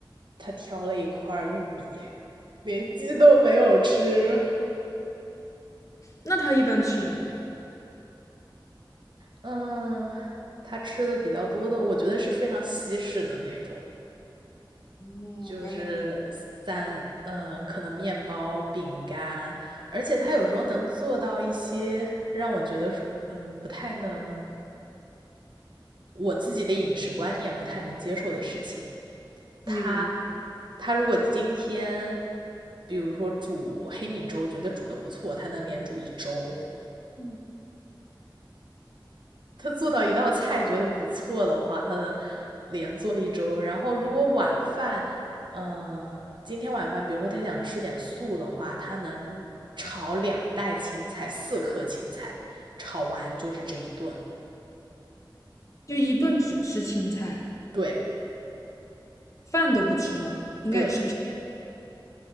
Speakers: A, on the right (about 65°); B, on the left (about 40°).
A: 他挑了一块儿玉米，连鸡都没有吃。
B: 那他一般吃什么呀？
A: 嗯，他吃的比较多的，我觉得是非常西式的那种，
B: 哦，
A: 就是三，
B: 不要想，
A: 嗯，可能面包、饼干，而且他有时候能做到一些让我觉得是嗯，不太能，我自己的饮食观念不太能接受的事情。
B: 比如，
A: 他，他如果今天，比如说煮黑米粥，觉得煮的不错，他能连煮一周。
B: 嗯
A: 他做到一道菜觉得不错的话，他能连做一周。然后如果晚饭，呃，今天晚饭，比如说他想吃点素的话，他能炒两袋青菜，四颗青菜，炒完就是这一顿了。
B: 就一顿只吃青菜，
A: 对
B: 饭都不吃吗？应该也吃不
A: 对，